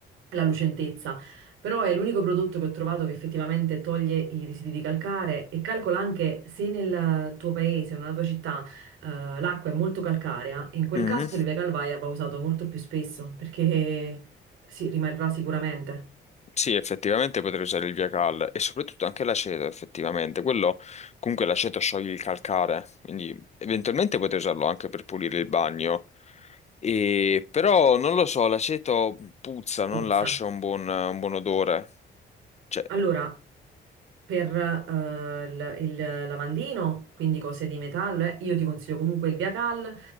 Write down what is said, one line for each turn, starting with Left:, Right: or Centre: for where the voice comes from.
Right: la lucentezza, però è l'unico prodotto che ho trovato che effettivamente toglie i residui di calcare e calcola anche se nel tuo paese o nella tua città eh, l'acqua è molto calcarea, in quel
Left: Mm.
Right: caso il Via Cal va va usato molto più spesso perché si rimarrà sicuramente,
Left: Sì, effettivamente potrei usare il via cal e soprattutto anche l'aceto, effettivamente. Quello, comunque l'aceto scioglie il calcare, quindi eventualmente potrei usarlo anche per pulire il bagno. E, però non lo so, l'aceto puzza, non
Right: puzza.
Left: lascia un buon, un buon odore. Cioè,
Right: Allora, per eh, il, il lavandino, quindi cose di metallo, eh, io ti consiglio comunque il Via Cal